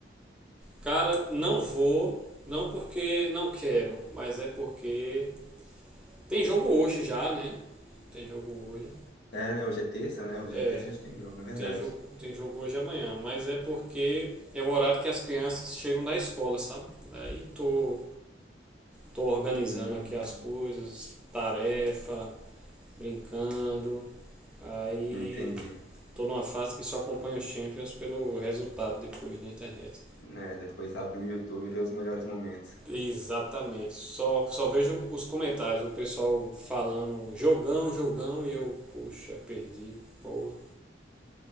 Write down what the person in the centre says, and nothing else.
cara, não vou, não porque não quero, mas é porque tem jogo hoje já, né? Tem jogo hoje.
É,
Tem jogo, tem jogo hoje e amanhã, mas é porque é o horário que as crianças chegam da escola, sabe? Aí tô, tô organizando
aqui as coisas, tarefa, brincando. Aí
tô numa fase que só acompanho os Champions pelo resultado depois na internet.
Exatamente. Só, só vejo os comentários, o pessoal falando jogão, jogão, e eu, puxa, perdi, porra.